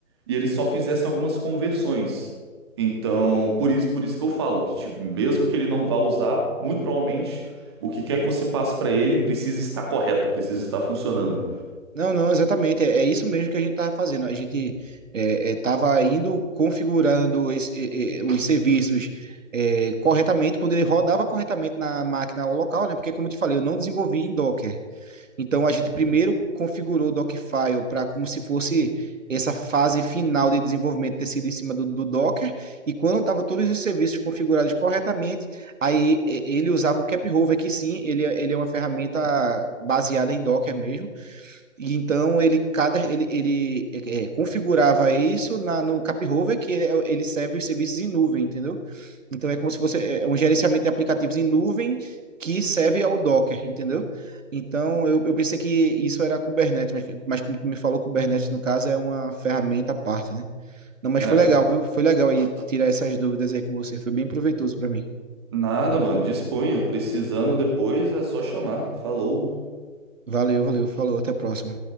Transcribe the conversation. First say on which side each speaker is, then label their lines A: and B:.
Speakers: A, on the right; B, on the right.
A: e eles só fizessem algumas conversões. Então, por isso, por isso que eu falo que, tipo, mesmo que ele não vá usar, muito provavelmente o que quer que você passe para ele precisa estar correto, precisa estar funcionando,
B: Não, não, exatamente. É, é isso mesmo que a gente estava fazendo. A gente estava indo configurando esse- é, é, os serviços é, corretamente, quando ele rodava corretamente na máquina local, né? Porque, como eu te falei, eu não desenvolvi em Docker. Então a gente primeiro configurou o Dockfile para como se fosse essa fase final de desenvolvimento ter sido em cima do, do Docker, e quando estava todos os serviços configurados corretamente, aí ele usava o CapRover, que sim, ele, é- ele é uma ferramenta baseada em Docker mesmo, e então ele cada ele, ele é, é, configurava isso na, no CapRover, que ele, é, ele serve os serviços em nuvem, entendeu? Então é como se fosse é é um gerenciamento de aplicativos em nuvem que serve ao Docker, entendeu? Então eu, eu pensei que isso era Kubernetes, mas, mas como tu me falou, Kubernetes no caso é uma ferramenta à parte, né? Não, mas
A: né?
B: foi legal, viu? Foi legal aí tirar essas dúvidas aí com você, foi bem proveitoso para mim.
A: Nada, mano, disponha. Precisando depois é só chamar. Falou.
B: Valeu, valeu, falou, até a próxima.